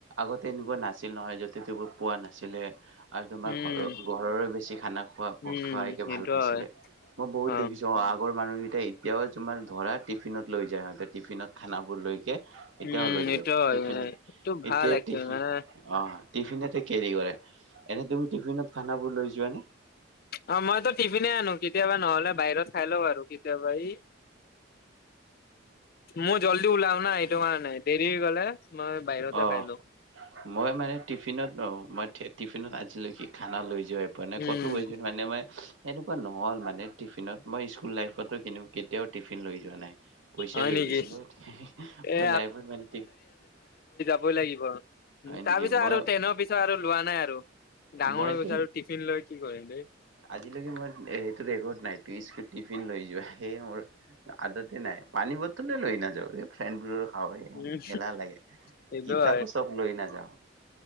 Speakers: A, on the right (about 90°); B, on the left (about 50°).
A: আগতে এনেকুৱা নাছিল নহয় যতে ততে পোৱা নাছিলে। আৰু তোমাৰ
B: উম
A: ঘৰৰ ঘৰৰে বেছি খানা খোৱা
B: উম
A: খোৱাইকে
B: সেইটো
A: ভাল পাইছিলে।
B: হয়
A: মই বহু
B: অ
A: দেখিছো। আগৰ মানুহকেইটা এতিয়াও তোমাৰ ধৰা টিফিনত লৈ যায় সিহঁতে টিফিন খানাবোৰ লৈ- এতিয়াও
B: উম
A: লৈ যায়
B: এইটো হয়
A: টিফিন।
B: এইটো ভাল
A: এতিয়া
B: একচুৱেলি
A: টিফিন,
B: মানে
A: অ টিফিনতে কেৰি কৰে। এনে তুমি টিফিনত খানাবোৰ লৈ যোৱা নে?
B: অ মইতো টিফিনে আনো কেতিয়াবা নহলে বাহিৰত খাই লও আৰু কেতিয়াবা ই। মোৰ জলদি ওলাও ন এইটো কাৰণে দেৰি হৈ গ'লে। মই বাহিৰতে
A: অ
B: খাই লও।
A: মই মানে টিফিনত ন মই টিফিনত আজিলৈকে খানা লৈ যোৱা- মানে
B: উম,
A: ক'তো গৈছিল মানে মই এনেকুৱা নহ'ল মানে টিফিনত মই স্কুল লাইফতো কিন্তু - কেতিয়াও টিফিন লৈ যোৱা নাই পইচাই
B: হয়
A: লৈ
B: নেকি?
A: গৈছিলো মই
B: এ
A: লাইফত মানে-
B: নিবয়ে লাগিব। উম
A: হয় নেকি
B: তাৰ পিছত
A: মই
B: আৰু ট্ৰেনৰ পিছত আৰু লোৱা নাই আৰু, ডাঙৰৰ
A: মইতো
B: হৈ গৈছো আৰু টিফিন লৈ কি কৰিম দেই।
A: আজিলৈকে মই সেইটো ৰেকৰ্ড নাই টিফিন লৈ যোৱা সেয়ে মোৰ- আদাতে নাই পানী বটলে লৈ নাযাওঁ এই ফ্ৰেণ্ডবোৰৰ খাওঁ এলাহ
B: উম,
A: লাগে।
B: সেইটো
A: কিতাপো
B: হয়।
A: চব লৈ নাযাওঁ,